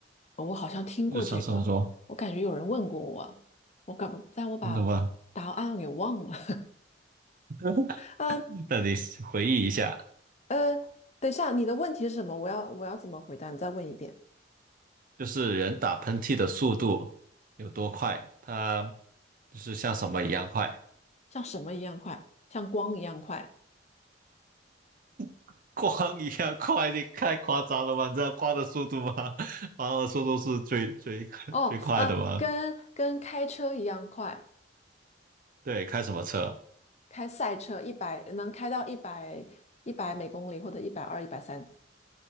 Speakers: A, on the left; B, on the right.
A: 哦我好像听过这个，
B: 日常生活中，
A: 我感觉有人问过我，我感，但我把答案给忘了。
B: 你懂吗？<laughs>
A: <laughs> 嗯，
B: 那你回忆一下，
A: 呃，等一下，你的问题是什么？我要我要怎么回答？你再问一遍。
B: 就是人打喷嚏的速度有多快，它就是像什么一样快，
A: 像什么一样快？像光一样快？
B: <laughs> 光一样快，你太夸张了吧？你知道光的速度吗？<laughs> 光的速度是最最最快的吗？
A: 哦，呃，跟跟开车一样快，
B: 对，开什么车？
A: 开赛车一百能开到一百一百每公里或者一百二、一百三。